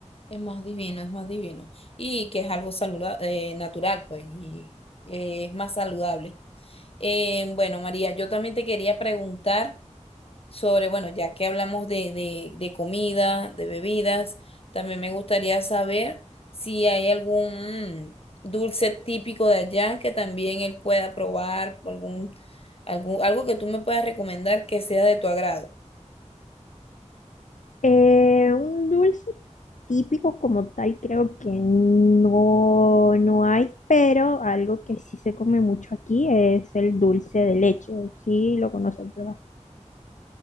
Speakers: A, on the left (about 50°); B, on the left (about 80°).
A: Es más divino, es más divino. Y que es algo saluda- eh, natural, pues, y eh, es más saludable. Em, bueno, María, yo también te quería preguntar. sobre, bueno, ya que hablamos de, de, de comida, de bebidas, también me gustaría saber si hay algún dulce típico de allá que también él pueda probar, algún, algún, algo que tú me puedas recomendar que sea de tu agrado.
B: Eh, un dulce típico como tal creo que no, no hay, pero algo que sí se come mucho aquí es el dulce de leche. Sí, lo conocen, ¿verdad?